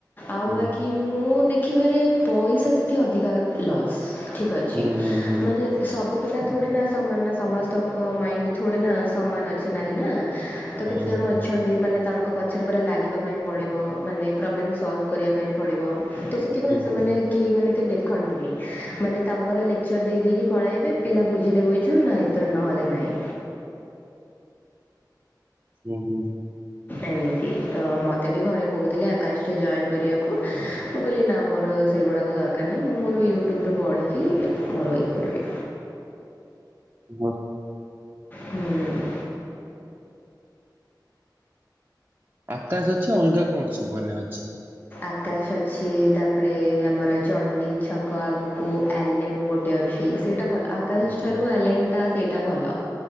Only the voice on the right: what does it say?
ହୁଁ
ହୁଁ ହୁଁ ହୁଁ।
ହୁଁ।
ହଁ
ହୁଁ
ଉଁ ହୁଁ,
ହଁ।
ଆକାଶ ଅଛି ଅଲଗା କଣ ସବୁ ମାନେ ଅଛି?
ଉହୁଁ,